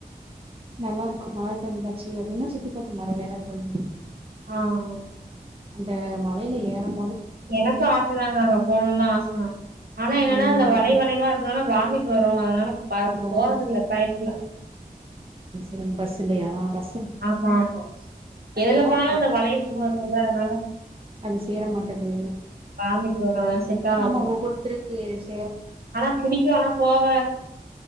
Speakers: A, on the right; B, on the right.
A: நல்லா இருக்கும் மலர் கண்காட்சி அதுனா சுத்தி பாரக்க நெறைய எடங்கள் இருக்கும்
B: ஆஹ்
A: அந்த மலையில ஏறனும்
B: எனக்கோ ஆச தாங்க நா அங்க போனோம்ல்லா ஆசை தா. ஆனா என்னன்னா
A: ம்
B: அந்த வலை வலையா இருக்கனால வாமிட் வரும் அதனால பா
A: ஓ
B: போறதில்ல பயத்துல
A: எனக்கு பஸ் இல்லையா பஸ்
B: ஆமா ஆமா எதுல போனாலோ
A: இருக்கு
B: அந்த வளைவு
A: ம்
B: வருமில்ல அதனால
A: அது சேர மாட்டது
B: வாமிட் வரு செட் ஆவாது
A: ஆமா ஒவ்வொருத்தரு <unintelligible>
B: ஆனா புடிக்கும் ஆனா போவே